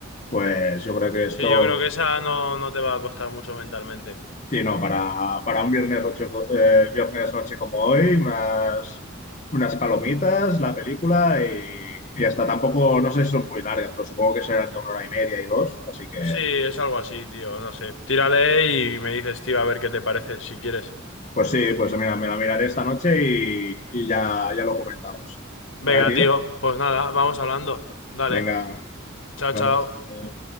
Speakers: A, on the left; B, on the left.
A: pues yo creo que esto,
B: Sí, yo creo que esa no, no te va a costar mucho mentalmente.
A: sí, no, para, para un viernes, ocho- eh, viernes noche como hoy, unas, unas palomitas, la película y, y hasta tampoco, no sé si son muy largas, pero supongo que serán de una hora y media y dos, así que...
B: Sí, es algo así, tío, no sé. Tírale y me dices, tío, a ver qué te parece, si quieres.
A: Pues sí, pues mira, me la miraré esta noche y, y ya, ya lo comentamos.
B: Venga,
A: ¿Vale, tío?
B: tío, pues nada, vamos hablando. Dale,
A: Venga, un
B: chao,
A: placer,
B: chao.
A: hasta luego.